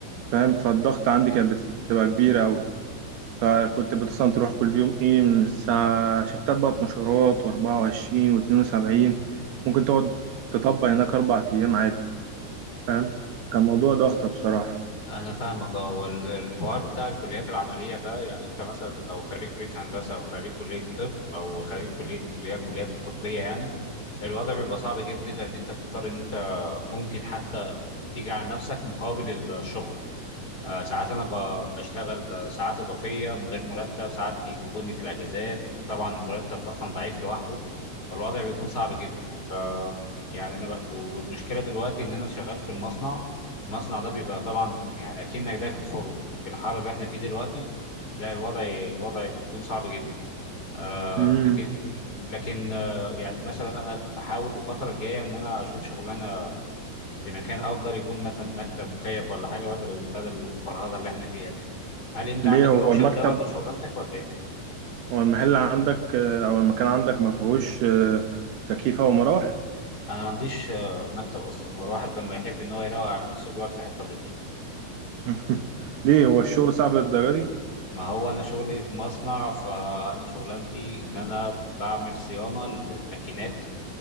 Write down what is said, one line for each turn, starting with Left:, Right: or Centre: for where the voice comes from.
Right: فاهم فالضغط عندي كانت بتبقى كبيره قوي فكنت مثلا تروح كل يوم ايه من الساعه شفتات بقى مشارات و24 و72 ممكن تقعد تطبق هناك اربع ايام عادي فاهم كان موضوع ضغطه بصراحه
Left: انا فاهمك اه والحوار بتاع الكليات العمليه ده يعني انت مثلا لو خريج كليه هندسه او خريج كليه طب او خريج كليه اللي هي الكليات الطبيه يعني الوضع بيبقى صعب جدا لان انت بتضطر ان انت ممكن حتى تيجي على نفسك مقابل الشغل آه، ساعات انا ب- بشتغل آه، ساعات اضافيه من غير مرتب ساعات يجيبوني في الاجازات طبعا المرتب اصلا ضعيف لوحده فالوضع بيكون صعب جدا ف يعني انا بقى- والمشكله دلوقتي ان انا شغال في المصنع المصنع ده بيبقى طبعا يعني اكنك داخل فرن في الحر اللي احنا فيه دلوقتي لا الوضع الوضع بيكون صعب جدا آه
Right: امم
Left: لكن لكن آه يعني مثلا انا بحاول الفتره الجايه ان انا اشوف شغلانه في مكان افضل يكون مثلا مكتب مكيف ولا حاجه بدل بدل الفرهده اللي احنا فيها دي هل انت
Right: ليه
Left: عندك
Right: هو
Left: الاوبشن
Right: المكتب
Left: ده برضه في شغلانتك ولا ايه
Right: هو المحل عندك آه، او المكان عندك ما فيهوش آه، تكييف او مراوح
Left: انا ما عنديش آه، مكتب اصلا هو الواحد لما يحب ان هو يروق على نفسه بيقعد في حته ظل
Right: <laughs> ليه هو الشغل صعب للدرجه دي
Left: ما هو انا شغلي في مصنع فانا شغلانتي ان انا بعمل صيانه للماكينات